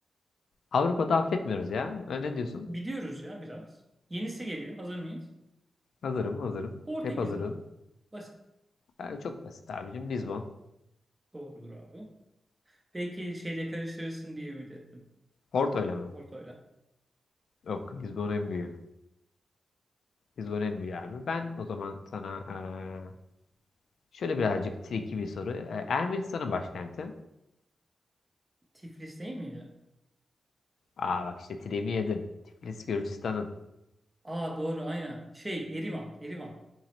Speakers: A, on the left; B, on the right.
A: Avrupa'da affetmiyoruz ya. Ee, Ne diyorsun?
B: Biliyoruz ya biraz. Yenisi geliyor. Hazır mıyız?
A: Hazırım, hazırım.
B: Portekiz
A: Hep hazırım.
B: abi. Basit.
A: Ee, çok basit abicim. Lisbon,
B: Doğrudur abi. Belki şeyle karıştırırsın diye ümit ettim.
A: Porto'yla mı?
B: Porto'yla.
A: Yok Lisbon en büyüğü. Lisbon en büyüğü abi. Ben o zaman sana eee, şöyle birazcık tricky bir soru. Eee, Ermenistan'ın başkenti.
B: Tiflis değil miydi?
A: Aa bak işte Tiremi yedin. Tiflis Gürcistan'ın.
B: Aa doğru aynen. Şey Erivan. Erivan.